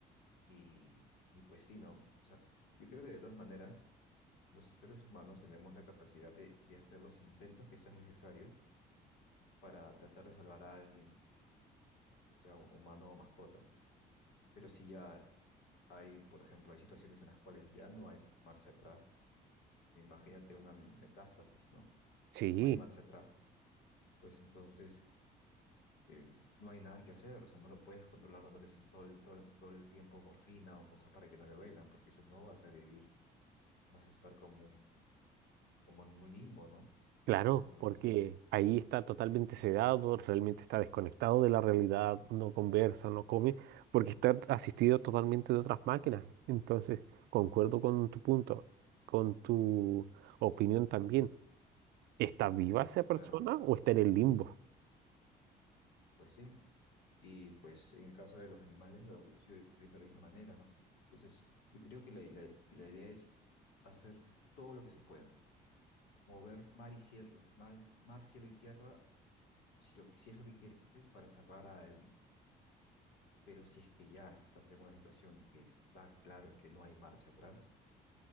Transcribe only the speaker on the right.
Sí.
Claro,
porque ahí está totalmente sedado, realmente está desconectado de la realidad, no conversa, no come, porque está asistido totalmente de otras máquinas. Entonces, concuerdo con tu punto, con tu opinión también. ¿Está viva esa persona
o está en el limbo?